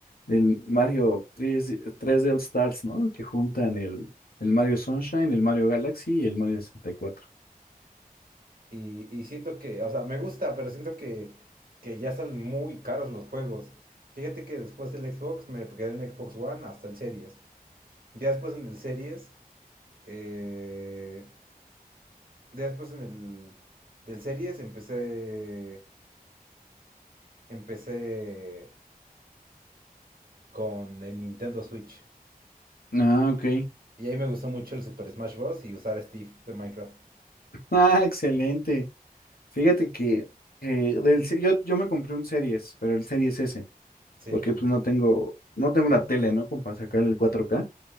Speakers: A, on the left (about 75°); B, on the right (about 70°).
A: del Mario tres tres d All Stars, ¿no? Que juntan el, el Mario Sunshine, el Mario Galaxy y el Mario sesenta y cuatro.
B: Y, y siento que, o sea, me gusta, pero siento que, que ya salen muy caros los juegos. Fíjate que después del Xbox me quedé en Xbox One hasta el Series. Ya después en el Series... eh, Después en el del series empecé empecé con el Nintendo Switch.
A: Ah, ok.
B: Y ahí me gustó mucho el Super Smash Bros. y usar a Steve de Minecraft.
A: Ah, excelente. Fíjate que eh, del, se- yo, yo me compré un Series, pero el Series S,
B: Sí.
A: porque pues no tengo, no tengo una tele, ¿no? Como para sacar el cuatro k